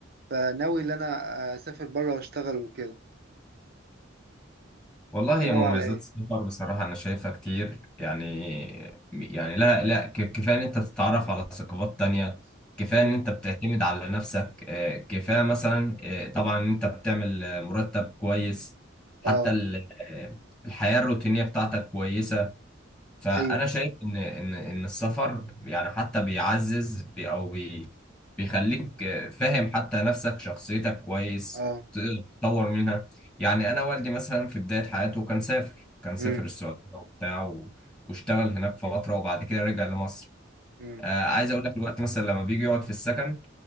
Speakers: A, on the right; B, in the centre.
A: فناوي ان انا آه، اسافر بره واشتغل وكده
B: والله
A: وانت
B: يا
A: ناوي
B: مميزات
A: على ايه
B: السفر بصراحة أنا شايفها كتير يعني يعني لا لا ك- كفاية إن أنت تتعرف على ثقافات تانية، كفاية
A: امم
B: إن أنت بتعتمد على نفسك، آه، كفاية مثلا آه، طبعا إن أنت بتعمل آه، مرتب كويس، حتى
A: اه
B: ال- آه، الحياة الروتينية بتاعتك كويسة، فانا
A: ايوه
B: شايف ان ان ان السفر يعني حتى بيعزز بي او بي بيخليك فاهم حتى نفسك شخصيتك كويس
A: اه
B: تقدر تطور منها يعني انا والدي مثلا في بدايه حياته كان سافر كان سافر
A: امم
B: السعوديه وبتاع و- واشتغل هناك فتره وبعد كده رجع لمصر
A: امم
B: آه عايز اقول لك الوقت مثلا لما بيجي يقعد في السكن